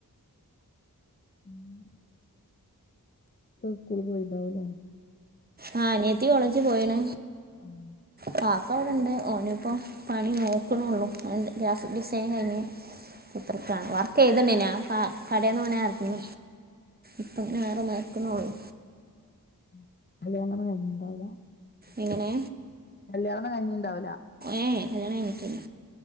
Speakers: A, on the left; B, on the right.
A: <unintelligible> സ്കൂൾ പോയിട്ടുണ്ടാവുംല്ലോ
B: ആ അനിയത്തി കോളേജ് പോയിണ്.
A: ആഹ്
B: കക്ക അവിടെ ഇണ്ട് ഓന് ഇപ്പം. പണി നോക്കണള്ളൂ അതി ഗ്രാഫി ഡിസൈൻ കഴിഞ്ഞ് കുതിരികണ് വർക്ക് ക്കെയ്തണ്ടയ്നോ ഫാ കടേന്ന് ഓനർങ്ങി ഇപ്പംങ്ങനെ വേറെ നോക്കുണള്ളൂ
A: <unintelligible> കഴിഞ്ഞിണ്ടാവുലേ.
B: എങ്ങനെ
A: കല്യാണംന്ന് കഴ്ഞ്ഞിണ്ടാവുല്ല
B: ഏയ് കല്യാണം കഴിഞ്ഞിട്ടില്ല